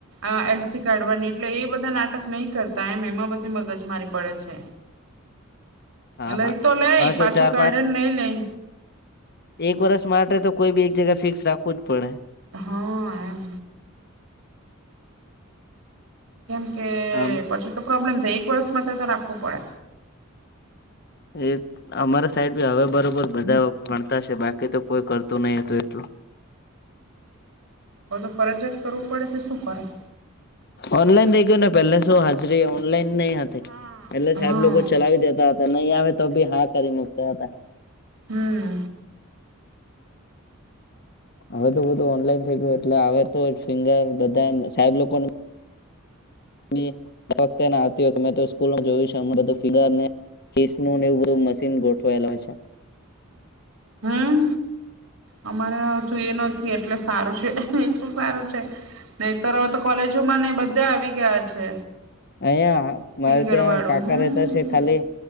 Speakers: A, on the right; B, on the left.
A: અ એલસી કાઢવાની એટલે એ બધા નાટક નહીં કરતા, એમ એમાં બધી મગજ મારી પડે છે,
B: હા
A: લઈ
B: હા
A: તો લે
B: પાછું
A: પાછો
B: ચાર
A: કાઢે
B: પાંચ
A: નઈ લઈ.
B: એક વર્ષ માટે તો કોઈ બી એક જગા ફિક્સ રાખવું જ પડે.
A: હા એમ. કેમ કે
B: આમ
A: પછી તો પ્રોબ્લેમ થાય એક વર્ષ માટે તો રાખવું પડે.
B: એ અમારા સાઈડ બી હવે બરોબર બધા ભણતા છે બાકી તો કોઈ કરતું નહી હતું એટલું.
A: હો તો ફરજિયાત કરવું પડે તો શું કરે.
B: ઓનલાઈન થઈ ગયું ને, પેલે શું હાજરી ઓનલાઈન નઈ હતી,
A: હા
B: એટલેજ સાહેબ
A: હા
B: લોકો ચલાવી દેતા હતા, નહીં આવે તો બી હા કરી મુકતા હતા.
A: હમ્મ
B: હવે તો બધું ઓનલાઈન થઈ ગયું એટલે હવેતો ફિંગર બધા સાહેબ લોકોને ને ફક્તને આવતી હોય કે મેં તો સ્કૂલ જોયું છે બધું ફિગર ને કીસ નું ને એવું બધુ મશીન ગોઠવાયેલા હોય છે.
A: હમ્મ અમારે હજુ તો એ નથી એટલે સારું છે, એટલું સારું છે. નહી તર હવેતો કોલેજો માંને બધે આવી ગયા છે.
B: અહંયા
A: ફિંગર
B: મારે ત્યાં
A: વાળું
B: કાકા
A: હમ.
B: રહેતા છે ખાલી